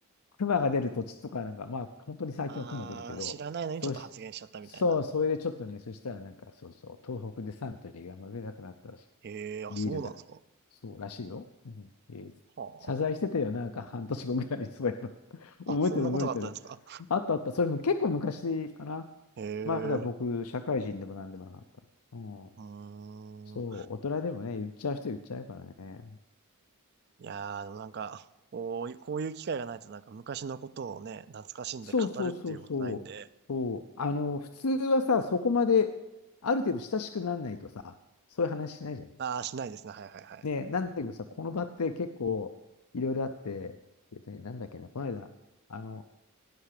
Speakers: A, on the left; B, on the right.
A: 熊が出る土地とかなんか、まあ、本当に最近は熊出るけど、
B: ああ、知らないのにちょっと発言しちゃったみたいな。
A: そうし、そう、それでちょっとね、そしたらなんか、そうそう、東北でサントリーがあんま売れなくなったらしい。
B: ええあ、
A: ビールが。
B: そうなんですか。
A: そうらしいよ。うん。えー謝罪してたよ、
B: は
A: なんか半年後ぐらい、にそういえば。<laughs> 覚えてる覚えてる。
B: あ。あ、そんなことがあったんですか
A: あったあった。それも結構昔かな。
B: へえ、
A: まだ僕、社会人でもなんでもなかった。うん。
B: うーん。
A: そう、大人でもね、言っちゃう人言っちゃうからね。
B: いやー、でもなんか、こういう、こういう機会がないとなんか昔のことをね、懐かしんで語るっていうことないんで、
A: そうそうそうそう。そう。あの、普通はさ、そこまで、ある程度親しくならないとさ、そういう話しないじゃない。
B: あー、しないですね。はいはいはい。
A: ね、なんだけどさ、この場って結構いろいろあって、でね、なんだっけな、この間、あの、